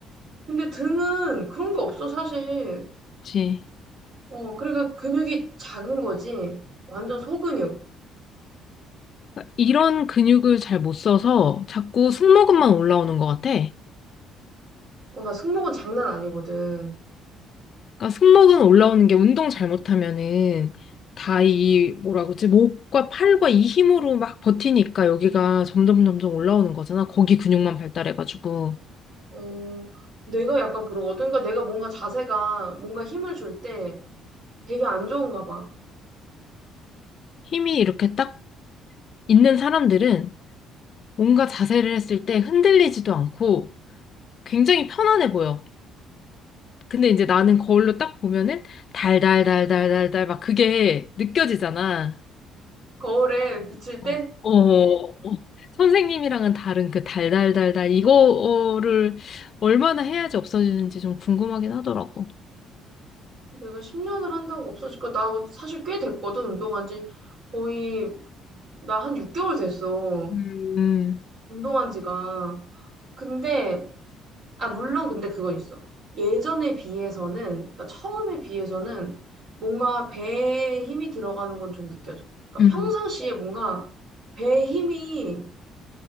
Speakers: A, on the right; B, on the left.
A: 근데 등은 그런 게 없어, 사실.
B: 그치.
A: 어, 그러니까 근육이 작은 거지. 완전 소근육.
B: 그러니까 이런 근육을 잘 못 써서 자꾸 승모근만 올라오는 것 같아.
A: 어, 나 승모근 장난 아니거든.
B: 그러니까 승모근 올라오는 게 운동 잘못하면은 다 이 뭐라 그러지? 목과 팔과 이 힘으로 막 버티니까 여기가 점점 점점 올라오는 거잖아. 거기 근육만 발달해가지고
A: 어, 내가 약간 그러거든. 그러니까 내가 뭔가 자세가 뭔가 힘을 줄 때 되게 안 좋은가 봐.
B: 힘이 이렇게 딱 있는 사람들은 뭔가 자세를 했을 때 흔들리지도 않고 굉장히 편안해 보여. 근데 이제 나는 거울로 딱 보면은 달달달달달달 막 그게 느껴지잖아.
A: 거울에 비칠
B: 어.
A: 때?
B: 어, 어, 선생님이랑은 다른 그 달달달달 이거를 얼마나 해야지 없어지는지 좀 궁금하긴 하더라고.
A: 내가 10년을 한다고 없어질까? 나 사실 꽤 됐거든, 운동한 지. 거의, 나 한 6개월 됐어.
B: 음,
A: 운동한 지가. 근데, 아, 물론 근데 그건 있어. 예전에 비해서는, 그러니까 처음에 비해서는 뭔가 배에 힘이 들어가는 건 좀 느껴져. 그러니까
B: 음.
A: 평상시에 뭔가 배에 힘이